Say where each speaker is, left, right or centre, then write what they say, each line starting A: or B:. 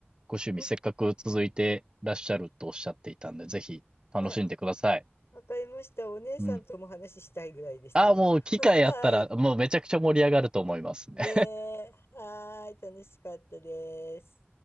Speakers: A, on the right; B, on the left.
A: ご趣味せっかく続いてらっしゃるとおっしゃっていたんで、
B: うん、
A: ぜひ楽しんでください。
B: はい。わかりました。お姉さんとも話したいぐらいです。
A: うん。ああ、もう機会あったら、
B: <laughs> はい。
A: もうめちゃくちゃ盛り上がると思いますね
B: ねえ。はーい。楽しかったです。